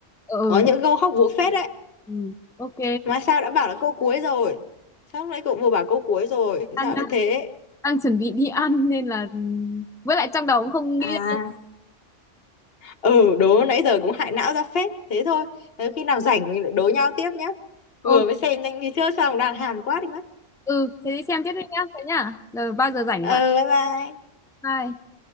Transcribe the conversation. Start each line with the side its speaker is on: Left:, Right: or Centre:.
Centre: ừ,
Left: có
Centre: ừ.
Left: những câu hóc búa phết đấy
Centre: ừ. ok
Left: mà sao đã bảo là câu cuối rồi sao lúc nãy cậu vừa bảo câu cuối rồi
Centre: đang
Left: sao
Centre: đang
Left: lại thế
Centre: đang chuẩn bị đi ăn nên là với lại trong đầu cũng không
Left: À,
Centre: nghĩ ra
Left: ừ đố nãy giờ cũng hại não ra phết thế thôi Ờ, khi nào rảnh mình lại đố nhau tiếp nhé vừa
Centre: ừ,
Left: mới xem nhanh đi chưa xong đang hàm quá đi mất
Centre: ừ thế đi xem tiếp đi nhá thế nhá rồi bao giờ rảnh thì gọi
Left: ờ bye bye
Centre: lại. bye